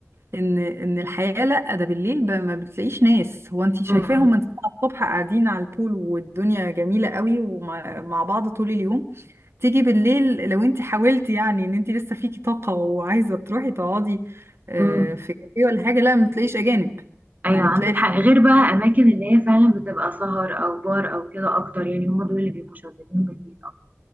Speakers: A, on the right (about 55°); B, on the right (about 35°).
A: ان ان الحياه لا ده بالليل ب- ما بتلاقيش ناس هو انت شايفاهم
B: امم
A: من 7 الصبح قاعدين على البول والدنيا جميله قوي ومع مع بعض طول اليوم تيجي بالليل لو انت حاولتي يعني ان انت لسه فيكي طاقه وعايزه تروحي تقعدي آه،
B: امم
A: في كافيه ولا حاجه لا ما بتلاقيش اجانب
B: ايوه
A: يعني
B: عندك
A: بتلاقي الحاجة
B: حق غير بقى اماكن اللي هي فعلا بتبقى سهر او بار او كده اكتر يعني هم دول اللي بيبقوا شغالين بالليل اكتر